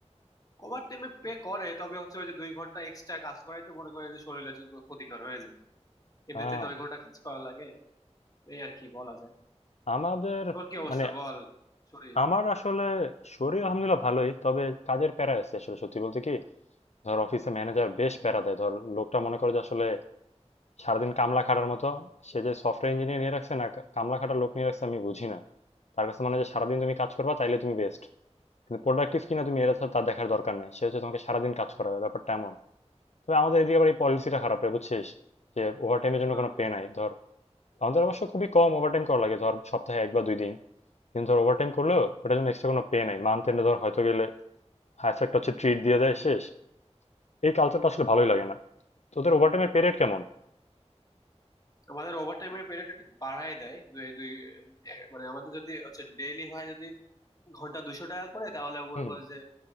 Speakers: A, on the left; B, on the left.
A: ওভার টাইমে পে করে তবে হচ্ছে ওই যে দুই ঘন্টা এক্সট্রা কাজ করাই তো মনে করে যে শরীরের জন্য ক্ষতিকর হয়ে যায় এমনিতে
B: আহ
A: নয় ঘন্টা কাজ করা লাগে এই আর কি বলা যায়
B: আমাদের
A: তোর কি অবস্থা
B: মানে
A: বল সরি
B: আমার আসলে শরীর আলহামদুলিল্লাহ ভালোই তবে কাজের প্যারা আছে আসলে সত্যি বলতে কি ধর অফিসে ম্যানেজার বেশ প্যারা দেয় ধর লোকটা মনে করে যে আসলে সারাদিন কামলা খাটার মতো সে যে সফটওয়্যার ইঞ্জিনিয়ার নিয়ে রাখছে না কামলা খাটার লোক নিয়ে রাখছে আমি বুঝি না তার কাছে মানে যে সারাদিন তুমি কাজ করবা তাইলে তুমি বেস্ট কিন্তু প্রোডাক্টিভ কিনা তুমি এটা তার দেখার দরকার নেই সে হচ্ছে তোমাকে সারাদিন কাজ করাবে ব্যাপারটা এমন তবে আমাদের এদিকে আবার এই পলিসিটা খারাপ রে বুঝছিস যে ওভারটাইমের জন্য
A: হম
B: কোনো পে নাই ধর আমাদের অবশ্য খুবই কম ওভারটাইম করা লাগে ধর সপ্তাহে এক বা দুই দিন কিন্তু ধর ওভারটাইম করলেও ওটার জন্য এক্সট্রা কোনো পে নাই মান্থ এন্ডে ধর হয়তো গেলে হায়েস্ট একটা হচ্ছে ট্রিট দিয়ে দেয় শেষ এই কালচারটা আসলে ভালোই লাগে না তোদের ওভারটাইমের পে রেট কেমন
A: আমাদের ওভার টাইমের পেরিয়ড একটু বাড়ায় দেয় দুই দুই এ- মানে আমাদের যদি হচ্ছে ডেইলি হয় যদি ঘন্টা দুশো টাকা করে তাহলে মনে
B: হুম
A: করো যে